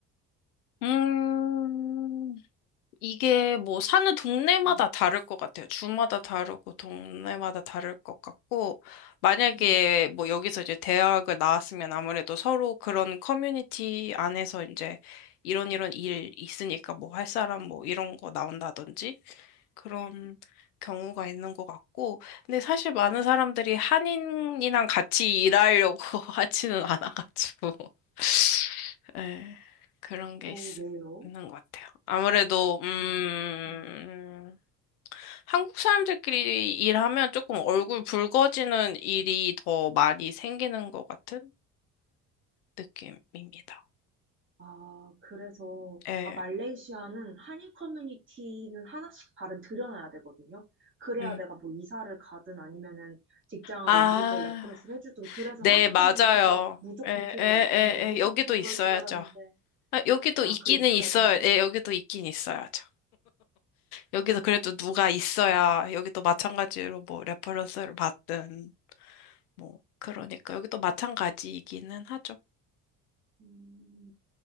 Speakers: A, on the left; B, on the right.
A: 음, 이게 뭐 사는 동네마다
B: 음,
A: 다를 것 같아요. 주마다 다르고 동네마다 다를 것 같고, 만약에
B: 음.
A: 뭐 여기서 이제 대학을 나왔으면 아무래도 서로 그런 커뮤니티 안에서 이제 이런 이런 일 있으니까 뭐 할 사람 뭐 이런 거 나온다든지 그런
B: 음,
A: 경우가 있는 것 같고, 근데 사실 많은 사람들이 한인이랑 같이 일하려고 <laughs> 하지는 않아가지고, <laughs> 예, 그런 게
B: 어,
A: 있,
B: 왜요?
A: 있는 것 같아요. 아무래도, 음,
B: 음, 음.
A: 한국 사람들끼리 일하면 조금 얼굴 붉어지는 일이 더 많이 생기는 것 같은 느낌입니다.
B: 아, 그래서
A: 예,
B: 아, 말레이시아는 한인 커뮤니티는 하나씩 발은 들여놔야 되거든요. 그래야
A: 음.
B: 내가 뭐 이사를 가든 아니면은 직장을
A: 아,
B: 옮길 때 레퍼런스를 해주든 그래서
A: 네,
B: 한인
A: 맞아요.
B: 커뮤니티가 무조건
A: 예,
B: 필요해요.
A: 예, 예,
B: 근데 미국도
A: 예, 여기도 있어야죠.
B: 그럴 줄 알았는데
A: 아, 여기도
B: 아,
A: 있기는
B: 그 있어야
A: 있어요.
B: 돼요?
A: 예, 여기도 있긴 있어야죠. 여기도 그래도 누가 있어야
B: 음.
A: 여기도 마찬가지로 뭐 레퍼런스를 받든 뭐 그러니까 여기도 마찬가지이기는 하죠.
B: 음,